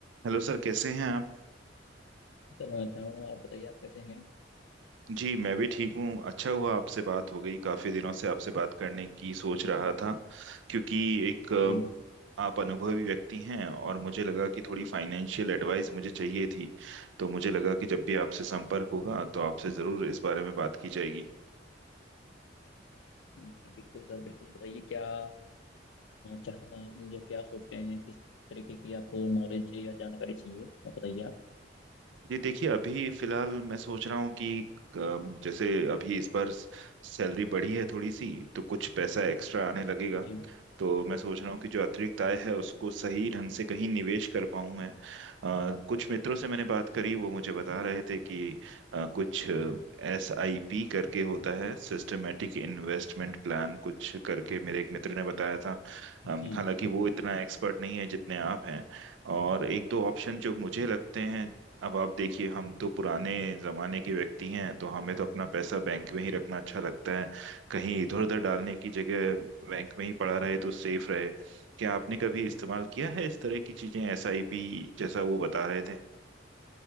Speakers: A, on the right (about 75°); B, on the left (about 75°).
A: Hello sir कैसे हैं आप
B: सर मैं अच्छा हूँ आप बताइए आप कैसे हैं
A: जी मैं भी ठीक हूँ अच्छा हुआ आपसे बात हो गई काफी दिनों से आपसे बात करने की सोच रहा था क्योंकि एक अ,
B: जी
A: आप अनुभवी व्यक्ति हैं और मुझे लगा कि थोड़ी फाइनेंशियल एडवाइस मुझे चाहिए थी तो मुझे लगा कि जब भी आपसे संपर्क होगा तो आपसे जरूर इस बारे में बात की जाएगी
B: बिल्कुल सर बिल्कुल बताइए क्या अ, चाह आपने जो क्या सोचते हैं किस तरीके की आपको नॉलेज या जानकारी चाहिए आप बताइए आप
A: ये देखिए अभी फिलहाल मैं सोच रहा हूँ कि अम, जैसे अभी इस बार सैलरी बढ़ी है थोड़ी सी तो कुछ पैसा एक्स्ट्रा आने लगेगा
B: जी
A: तो मैं सोच रहा हूँ कि जो अतिरिक्त आय है उसको सही ढंग से कहीं निवेश कर पाऊँ मैं अ, कुछ मित्रों से मैंने बात करी वो मुझे बता रहे थे कि अ, कुछ एस आई पी करके होता है सिस्टमेटिक इन्वेस्टमेंट प्लान कुछ करके मेरे एक मित्र ने बताया था अम,
B: जी
A: हालांकि वो इतना एक्सपर्ट नहीं है जितने आप हैं और एक दो ऑप्शन जो मुझे लगते हैं अब आप देखिए हम तो पुराने जमाने के व्यक्ति हैं तो हमें तो अपना पैसा बैंक में ही रखना अच्छा लगता है कहीं इधर उधर डालने की जगह बैंक में ही पड़ा रहे तो सेफ रहे क्या आपने कभी इस्तेमाल किया है इस तरह की चीजें एसआईपी जैसा वो बता रहे थे